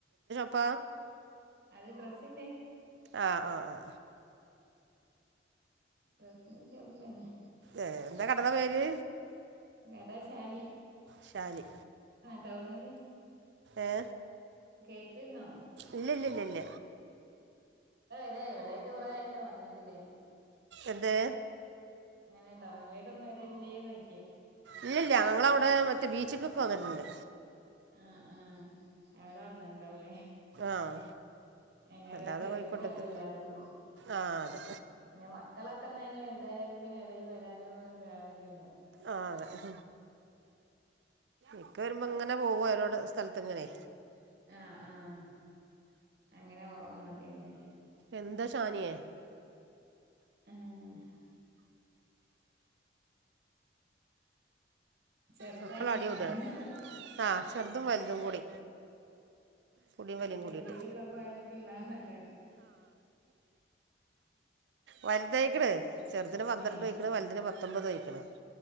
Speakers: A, on the right; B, on the right.
A: പ്പ
B: അത ഡ്രസ്സിന്റെറെ
A: ആ ആ അ
B: ഡ്രസ്സിന്റെ ഷോപ്പിലന്നെ
A: ഏ, എന്താ കടന്റെ പേര്
B: ഏടാശാലി
A: ശാലി
B: ടൗണില്
A: ഏ
B: കേട്ടണോ
A: ഇല്ലല്ല ഇല്ലല്ല
B: അതെ എവിടെക്കെ കുറേ ആയല്ലോ വന്നിട്ടില്ലേ
A: അതെ
B: അങ്ങനെ ടൗണിലേക്ക ഒന്നും വരല്ലേന്ന് ചോദിക്കാ
A: ഇല്ലല്ല ഞവിടെ മറ്റേ ബീച്ച്ക്കൊക്കെ വന്നിട്ടുണ്ട്
B: ആ ആഹ എവിടെ വന്നണ്ടാവലേ
A: ആ
B: അയ്നോരോത്തരക്കല്ലേ
A: അല്ലാതെ കോഴിക്കോട്ടേക്ക്
B: എല്ലാർക്കും
A: ആ അതെ
B: പിന്നെ മക്കളൊക്കെ ഒന്ന അതിന് വലുതായാലും പിന്നെ ഇടയും വരാനും ഉണ്ടാവില്ലല്ലോ
A: ആഹ ഇക്ക വരുമ്പോ ഇങ്ങനെ പോകോ രോട് സ്ഥലത്ത്ങ്ങനെ
B: ആഹ ആഹ അങ്ങനെ പോവാ മതിയാവലേ
A: എന്താ ഷാനിയെ
B: ആഹ ചെറുതാണ്
A: മക്കൾ അടി കൂട
B: അവിടുന്ന്
A: ആ ചെറുതും വലുതും കൂടി പൊടിയും
B: ആ
A: വലിയും
B: പിന്നെ
A: കൂടിയിട്ട്
B: ലീവ്ള്ളപ്പോ ആൽക്കുള്ളാണല്ലോല്ലേ.
A: വലുത് ആയിക്കണ്. ചെറുതിന് പന്ത്രണ്ട്
B: ഏ
A: ആയിക്കണ് വലുതിന് പത്തൊമ്പത് ആയിക്കണ്.